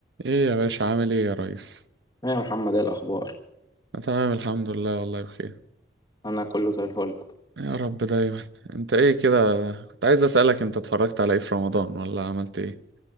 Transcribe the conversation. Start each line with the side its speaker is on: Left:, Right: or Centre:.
Right: ايه يا باشا عامل ايه يا ريس
Left: إيه يا محمد ايه الاخبار
Right: أنا تمام الحمد لله والله بخير
Left: انا كله زي الفل
Right: يا رب دايما انت ايه كده كنت عايز اسالك انت اتفرجت على ايه في رمضان ولا عملت ايه